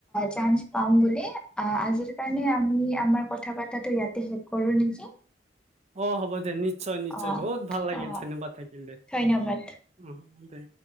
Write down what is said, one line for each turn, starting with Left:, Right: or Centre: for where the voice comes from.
Centre: চাঞ্চ পাম বুলি। আহ আজিৰ কাৰণে আমি আমাৰ কথা প তাটো ইয়াতে শেষ কৰো নেকি?
Right: অ হ'ব দে নিশ্চয় নিশ্চয়
Centre: অ
Right: বহুত ভাল লাগিল
Centre: অ
Right: ধন্যবাদ থাকিল। দে
Centre: ধন্যবাদ
Right: অ দে।